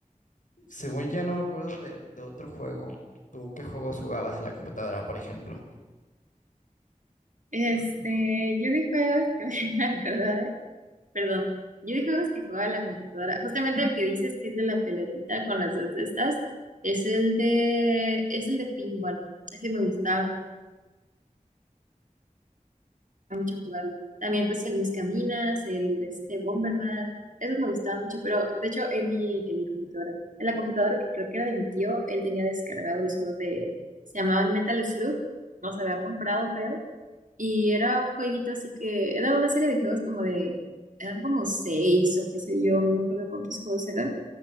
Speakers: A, on the left (about 70°); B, on the right (about 70°).
A: según ya no me acuerdo de, de otro juego. ¿Tú qué juegos jugabas en la computadora, por ejemplo?
B: Este, yo de juegos que <laughs> me acuerdo Perdón, yo de juegos que jugaba en la computadora, justamente el que dices que es de la pelotita con las dos de estas, es el de, es el de pinball, ese me gustaba mucho jugarlo. También pues el Buscaminas, el de este Bomberman, esos me gustaban mucho, pero de hecho en mi, en mi computadora, en la computadora que creo que era de mi tío, él tenía descargado los juegos de, se llamaban Metal Slug, los había comprado creo, Y era un jueguito así que, era una serie de juegos como de, eran como seis o qué sé yo, no me acuerdo cuántos juegos eran,